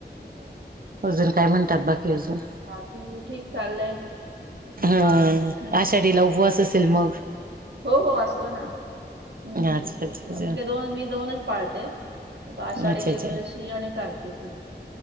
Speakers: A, on the right (about 75°); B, on the right (about 55°).
A: हम
B: अजून काय म्हणतात बाकी अजून
A: बाकी ठीक चाललंय
B: हा
A: हम्म.
B: आषाढीला उ्हच असेल मग
A: हो हो असतो ना हम्म
B: अच्छा
A: ते
B: अच्छा अच्छा
A: म्हणे दोन मी दोनच पाळते आषाढी
B: अच्छा
A: की
B: अच्छा
A: एखादशी सयाणे करतेचे